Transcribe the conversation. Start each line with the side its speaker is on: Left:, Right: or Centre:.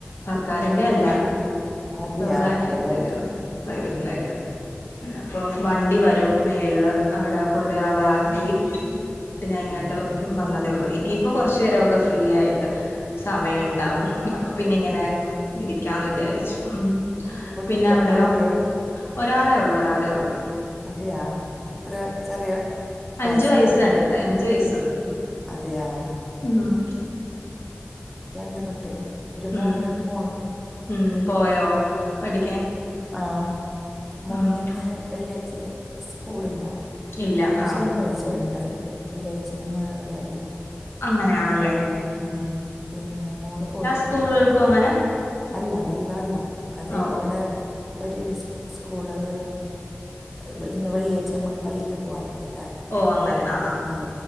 Left: സർക്കാരിന്റെ അല്ല.
Centre: അതെയാ
Left: സ്വകാര്യത്തിലാ
Centre: പ്രൈവറ്റ്
Left: പ്രൈവറ്റിലായിട്ട്
Centre: ഉം
Left: പിന്നപ്പം വണ്ടി വരും മേളില്. അവ്ടെ കൊണ്ട യവളാക്കി ട്ട് ഞാങ്ങേട്ട്
Centre: ആഹ്
Left: വന്നതേ ഉള്ളു. ഇൻഇപ്പൊ കൊർച്ചേരൊക്ക ഫ്രീയായി. ട്ട് സമയണ്ടാവും. അപ്പൊ പിന്നെങ്ങനെ
Centre: ആഹ്
Left: ഇരിക്കാംന്ന് വിചാരിച്ചു. ഉം.
Centre: കു
Left: പിന്നവിടെയോ?
Centre: എത്ര കുട്ടികള്
Left: ഒരാളെ ഉള്ളു ഒരാളെ ഉള്ളു
Centre: അതെയാ? എത്ര ചെറിയ
Left: അഞ്ചു
Centre: വയസ്
Left: വയസ്സണ്ട്.
Centre: എത്ര
Left: അഞ്ചു വയിസ്സൊണ്ട്.
Centre: അതെയാ
Left: ഊം
Centre: രണ്ട് കുട്ട്യൾ ഒരു മോനൊരു
Left: ഉം
Centre: മോളു
Left: ഉം പോയോ പഠിക്കാൻ
Centre: ആഹ് മോനിന്ന്
Left: ഉം
Centre: വെള്ള്യയ്ച്ച സ്കൂളില്ല.
Left: ഇല്ല ആഹ്
Centre: ശനിയായ്ച്ച ണ്ടത്. വെള്ള്യായ്ച്ച ഞമ്മ അവിടെല്ല.
Left: അങ്ങനയാണല്ലെ.
Centre: ഉം പിന്ന മോള് പോയി.
Left: ക്കൂളുകൾക്കു അങ്ങനെ
Centre: അല്ല എല്ല അല്ല. അത്
Left: ഓ
Centre: ഇവ്ടെ
Left: ഓ
Centre: ഒര് ഇസ് സ്കൂളത് ബ് ന്ന് വെള്ള്യായ്ച്ച ഞമ്മക്ക് പള്ളിക്ക് പോകാന്ണ്ടല്ലേ
Left: ഓ അങ്ങനെ ആഹ് ആഹ്
Centre: ഉം